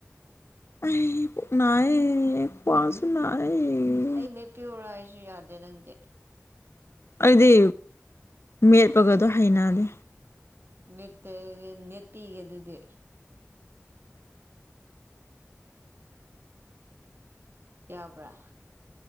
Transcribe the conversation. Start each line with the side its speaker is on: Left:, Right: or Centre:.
Left: ꯑꯩ ꯄꯨꯛ ꯅꯥꯏꯌꯦ ꯈ꯭ꯋꯥꯎꯁꯨ ꯅꯥꯏꯌꯦ
Right: ꯃꯦꯠꯄꯤꯌꯣꯔ ꯍꯥꯏꯁꯨ ꯌꯥꯗꯦ ꯅꯪꯗꯤ
Left: ꯑꯩꯗꯤ ꯃꯦꯠꯄꯒꯗꯣ ꯍꯩꯅꯗꯦ
Right: ꯃꯦꯠꯇꯗꯤ ꯅꯦꯄꯤꯒꯦ ꯑꯗꯨꯗꯤ ꯌꯥꯕ꯭ꯔꯥ